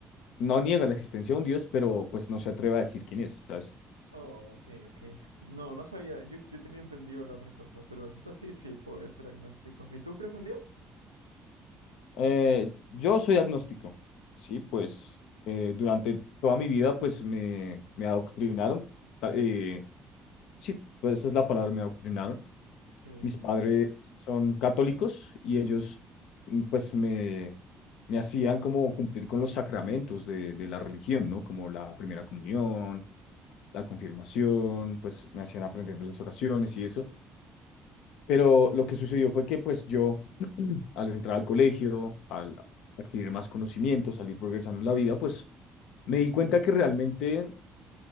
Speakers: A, on the left; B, on the right.
A: no niega la existencia de un Dios, pero pues no se atreve a decir quién es, ¿sabes?
B: oh, ok, ok. No, no sabía. Yo, yo tenía entendido la otra cosa, pero si es así, sí, podría ser agnóstico. ¿Y tú crees en Dios?
A: Eh, yo soy agnóstico, sí, pues eh, durante toda mi vida, pues me, me adoctrinaron, ta- eh, sí, pues esa es la palabra, me adoctrinaron.
B: Sí.
A: Mis padres son católicos y ellos, mm, pues, me, me hacían como cumplir con los sacramentos de, de la religión, ¿no? Como la primera comunión la confirmación, pues me hacían aprenderme las oraciones y eso. Pero lo que sucedió fue que pues yo <clears throat> al entrar al colegio, al adquirir más conocimientos, salir progresando en la vida, pues me di cuenta que realmente